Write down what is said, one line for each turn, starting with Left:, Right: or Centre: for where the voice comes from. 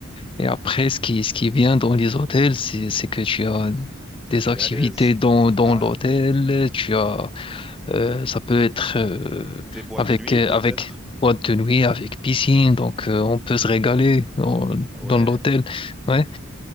Left: et après, ce qui, ce qui est bien dans les hôtels, c'est, c'est que tu as
Centre: Ah,
Left: des
Centre: tu
Left: activités
Centre: es à l'aise.
Left: dans, dans
Centre: Ah,
Left: l'hôtel. Tu as, euh, ça peut être euh,
Centre: des boîtes
Left: avec,
Centre: de nuit,
Left: euh,
Centre: peut-être.
Left: avec boîte de nuit, avec piscine. Donc, euh, on peut se régaler dans,
Centre: Ah ouais.
Left: dans l'hôtel. Ouais.